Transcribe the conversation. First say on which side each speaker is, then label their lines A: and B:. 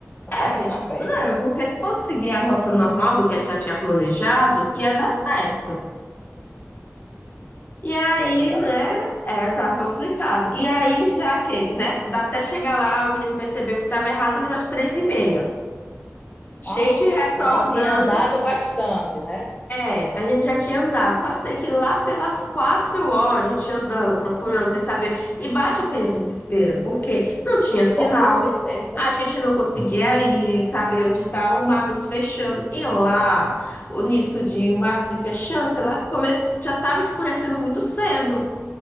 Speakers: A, on the left; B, on the left.
A: Achavam
B: é, a gente,
A: que era perto.
B: não, porque se fosse seguir a rota normal do que a gente já tinha planejado, ia dar certo. E aí,
A: É, tá
B: né? É, tá complicado. E aí, já que, né, dá até chegar lá, o menino percebeu que estava errado, né, umas três e meia. Gente
A: Ah,
B: retornando.
A: já tinha andado bastante, né?
B: É, a gente já tinha andado. Só sei que lá pelas quatro horas, a gente andando, procurando, sem saber. E bate aquele desespero, porque não tinha sinal.
A: Ou com certeza.
B: A gente não conseguia ir, saber onde tá o mato se fechando. E lá, o nisso de o mato se fechando, sei lá, começou, já estava escurecendo muito cedo.